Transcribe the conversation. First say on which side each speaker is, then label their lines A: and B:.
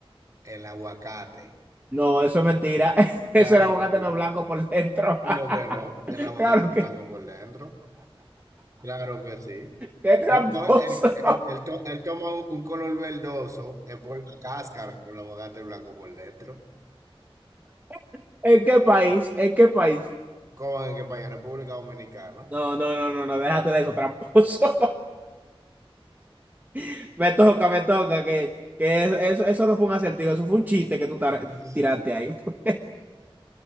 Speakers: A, on the right (about 35°); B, on the right (about 20°).
A: El aguacate.
B: No, eso es mentira. <laughs> Eso
A: Claro
B: era
A: que
B: un
A: sí.
B: no blanco por dentro.
A: ¿Cómo
B: <laughs>
A: que no? El aguacate
B: Claro
A: es
B: que...
A: blanco por dentro. Claro que sí.
B: ¡Qué tramposo!
A: Él, coge- él- él- él to- él toma un, un color verdoso, es por la cáscara, por el aguacate blanco por dentro.
B: <laughs> ¿En qué país? ¿En qué país?
A: ¿Cómo en qué país? República Dominicana.
B: No, no, no, no, no, déjate de eso, tramposo. <laughs> Me toca, me toca, que, que eso, eso, eso no fue un acertijo, eso fue un chiste que tú tar-
A: <laughs>
B: tiraste ahí. <laughs>